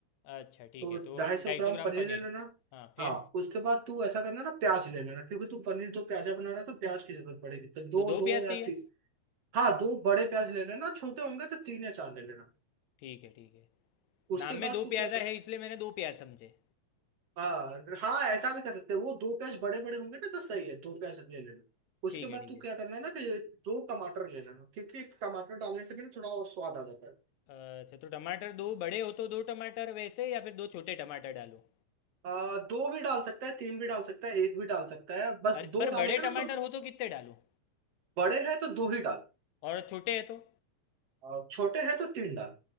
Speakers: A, on the left; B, on the right.
A: अच्छा ठीक
B: तो
A: है तो
B: ढाई सौ
A: ढाई
B: ग्राम
A: सौ ग्राम
B: पनीर
A: पनीर
B: ले लेना
A: हाँ फिर
B: हाँ उसके बाद तू ऐसा करना ना प्याज ले लेना क्योंकि तू पनीर दो प्याजा बना रहा है तो प्याज की जरूरत पड़ेगी तो दो
A: तो दो
B: दो
A: प्याज
B: या
A: चाहिए
B: तीन हाँ दो बड़े प्याज ले लेना छोटे होंगे तो तीन या चार ले लेना
A: ठीक है ठीक है
B: उसके
A: नाम में
B: बाद
A: दो
B: तू
A: प्याजा
B: क्या कर
A: है इसलिए मैंने दो प्याज समझे
B: हाँ हाँ ऐसा भी कर सकते हैं वो दो प्याज बड़े बड़े होंगे ना तो सही है दो प्याज ले लेना उसके
A: ठीक
B: बाद
A: है ठीक
B: तू
A: है
B: क्या करना है ना कि दो टमाटर ले लेना क्योंकि टमाटर डालने से भी ना थोड़ा और स्वाद आ जाता है
A: अच्छा तो टमाटर दो बड़े हो तो दो टमाटर वैसे या फिर दो छोटे टमाटर डालो
B: आ, दो भी डाल सकता है तीन भी डाल सकता है एक भी डाल सकता है बस
A: अरे
B: दो
A: पर बड़े
B: डालेगा ना
A: टमाटर
B: तो
A: हो तो कितने डालो
B: बड़े हैं तो दो ही डाल
A: और छोटे हैं तो
B: और छोटे हैं तो तीन डाल